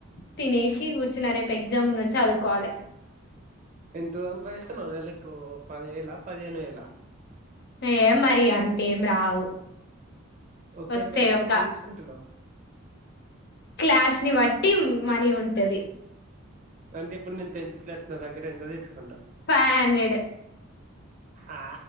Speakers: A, on the left; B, on the right.
A: తినేసి కూర్చున్న రేపు ఎగ్జామ్ ఉన్న వచ్చి చదువుకోవాలి
B: ఎంత సంపాదిస్తున్నావు నెలకు పదివేల పదిహేను వేల
A: ఏం మరి అంతేం రావు
B: ఒక్కరి
A: వస్తే
B: దగ్గర
A: ఒక
B: ఎంత తీసుకుంటున్నావు
A: క్లాస్ ని బట్టి మనీ ఉంటది
B: అంటే ఇప్పుడు నేను టెన్త్ క్లాస్ నా దగ్గర ఎంత తీసుకుంటావు
A: ఫైవ్ హండ్రెడ్
B: ఆ